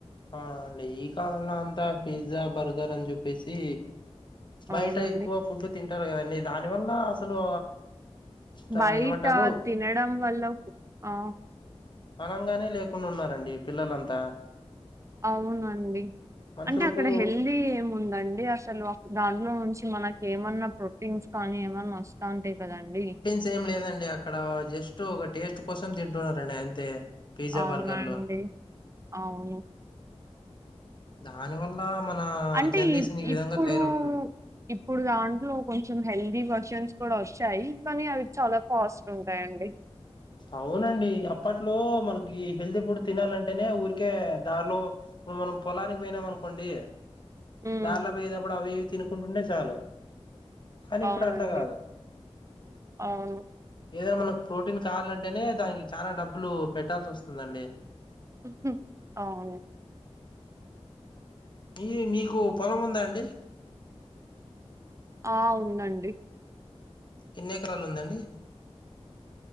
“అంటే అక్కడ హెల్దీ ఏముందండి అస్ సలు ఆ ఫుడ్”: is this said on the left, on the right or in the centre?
Right